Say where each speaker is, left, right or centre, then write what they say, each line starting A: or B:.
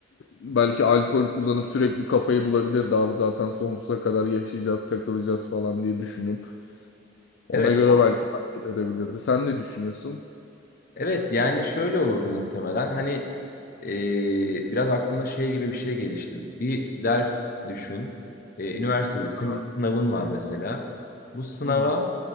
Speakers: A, on the left; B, on the left.
A: belki alkol kullanıp sürekli kafayı bulabilirdi abi zaten sonsuza kadar yaşayacağız takılacağız falan diye düşünüp. Ona
B: Evet.
A: göre belki hareket edebilirdi. Sen ne düşünüyorsun?
B: Evet yani şöyle olurdu muhtemelen. Hani e, biraz aklımda şey gibi bir şey gelişti. Bir ders düşün. E, üniversitedesin.
A: Aha.
B: Bir sınavın var mesela. Bu sınava
A: Hı hı.